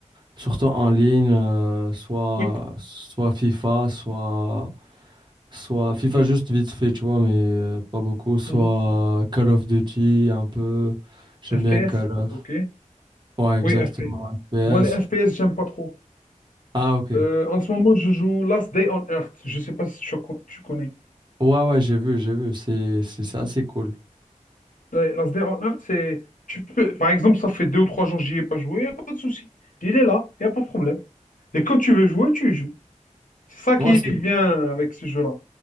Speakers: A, on the right; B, on the left.
A: surtout en ligne, euh, soit,
B: Oui,
A: soit FIFA, soit. Soit FIFA
B: oui.
A: juste vite fait, tu vois, mais euh, pas beaucoup. Soit
B: mhm.
A: Call of Duty, un peu. J'aime
B: FPS,
A: bien Call of.
B: ok.
A: Ouais, exactement.
B: Oui, FPS.
A: FPS.
B: Moi, les FPS, j'aime pas trop.
A: Ah, ok. Ouais,
B: Euh, en ce moment, je joue Last Day on Earth. Je sais pas si tu, tu connais.
A: ouais, j'ai vu, j'ai vu. C'est, c'est c'est assez cool.
B: Ouais, Nasdaq en Earth, c'est. Tu peux... Par exemple, ça fait deux ou trois jours que j'y ai pas joué, il n'y a pas de souci. Il est là, il n'y a pas de problème. Et quand tu veux jouer, tu joues. C'est ça qui
A: Ouais, c'est
B: est bien avec ce jeu-là.